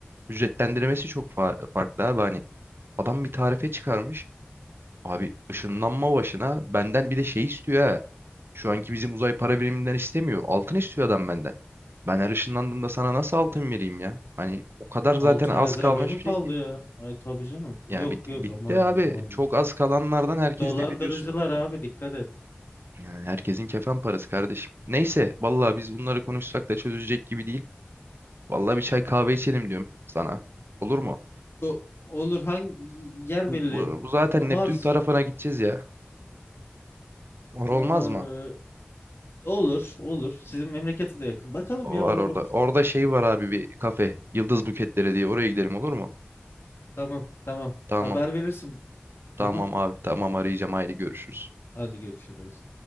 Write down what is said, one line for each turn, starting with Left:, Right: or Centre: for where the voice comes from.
Right: Ücretlendirmesi çok fa- farklı abi. Hani adam bir tarife çıkarmış. Abi ışınlanma başına benden bir de şey istiyor ha. Şu anki bizim uzay para biriminden istemiyor. Altın istiyor adam benden. Ben her ışınlandığımda sana nasıl altın vereyim ya? Hani o kadar zaten
Left: Altın
Right: az
Left: rezervi
Right: kalmış
Left: mi
Right: bir
Left: kaldı
Right: şey ki.
Left: ya? Ay tabii canım. Yok
Right: Yani bit-
Left: yok
Right: bitti
Left: aman
Right: abi.
Left: diyeyim aman
Right: Çok
Left: diyeyim.
Right: az kalanlardan herkes
Left: Dolandırıcılar
Right: de biliyorsun.
Left: abi dikkat et.
Right: Yani herkesin kefen parası kardeşim. Neyse vallahi biz bunları konuşsak da çözülecek gibi değil. Vallahi bir çay kahve içelim diyorum sana. Olur mu?
Left: O- olur hangi yer
Right: Bu,
Left: belirleyelim?
Right: bu, bu zaten
Left: Ma- Mars
Right: Neptün tarafına gideceğiz ya. Or
Left: mı?
Right: olmaz mı?
Left: Olur olur. Sizin memlekete de yakın. Bakalım
Right: O
Left: ya
Right: var
Left: olur
Right: orada.
Left: olur.
Right: Orada şey var abi bir kafe. Yıldız Buketleri diye. Oraya gidelim olur mu?
Left: Tamam tamam.
Right: Tamam.
Left: Haber verirsin.
Right: Tamam
Left: Tamam.
Right: abi. Tamam arayacağım. Haydi görüşürüz.
Left: Hadi görüşürüz.